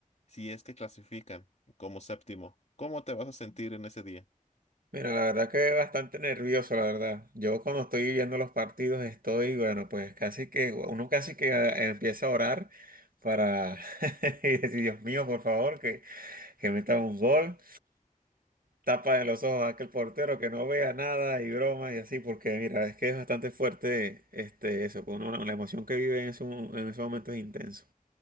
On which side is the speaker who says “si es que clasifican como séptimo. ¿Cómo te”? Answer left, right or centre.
Left